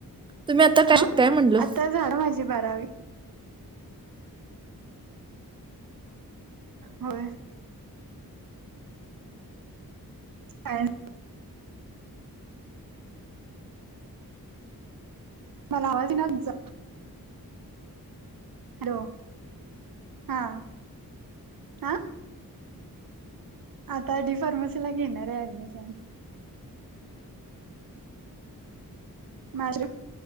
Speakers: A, on the right; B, on the right.
A: तुम्ही आता काय
B: हा
A: शिकताय म्हणलं?
B: आता झालं माझी बारावी. होय. सायन्स मला आवाज येईना तुमचा, हॅलो. हा. हा, आता डी फार्म सी ला घेणार आहे ऍडमिशन. <unintelligible>